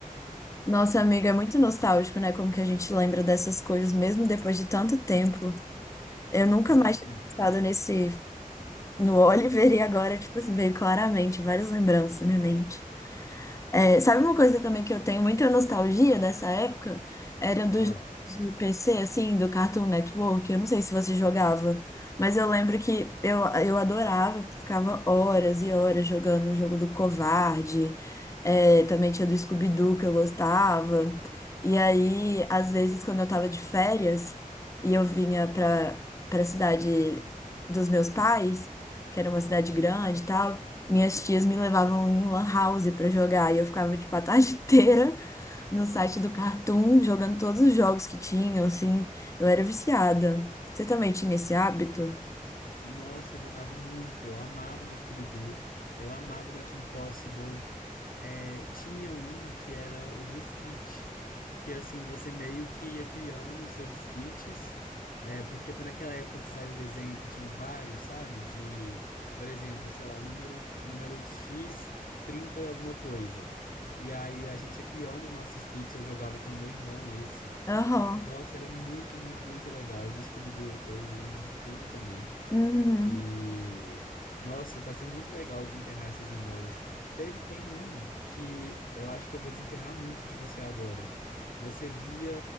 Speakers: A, on the left; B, on the left.
A: Nossa, amiga, é muito nostálgico, né? Como que a gente lembra dessas coisas mesmo depois de tanto tempo. Eu nunca
B: Muito.
A: mais tinha pensado nesse, no Oliver <laughs> e agora, tipo assim, veio claramente várias lembranças na minha mente. É, sabe uma coisa também que eu tenho muita nostalgia nessa época? Era dos
B: Ah.
A: jogos de PC, assim, do Cartoon Network. Eu não sei se você jogava, mas eu lembro que eu, eu adorava, ficava horas e horas jogando o jogo do Covarde. É, também tinha do Scooby-Doo que eu gostava. E aí, às vezes, quando eu tava de férias e eu vinha pra, pra cidade dos meus pais, que era uma cidade grande e tal. Minhas tias me levavam em lan house pra jogar e eu ficava, tipo, a tarde <laughs> inteira no site do Cartoon jogando todos os jogos que tinham, assim. Eu era viciada. Você também tinha esse hábito?
B: Nossa, eu jogava muito. Eu amava o do Scooby-Doo. Eu amava o da Kim Possible. É, tinha um que era o do Stitch. Que assim, você meio que ia criando os seus Stitches. é, porque foi naquela época que saiu o desenho que tinham vários, sabe? De, por exemplo, sei lá, o número, número X, 30 alguma coisa. E aí a gente ia criando os nossos Stitches. Eu jogava com o meu irmão esse.
A: Aham.
B: Nossa, era muito, muito, muito legal. O do Scooby-Doo, eu eu lembro de tudo também.
A: Uhum.
B: E nossa, tá sendo muito legal desenterrar essas memórias. Teve, tem um que eu acho que eu vou desenterrar muito de você agora. Você via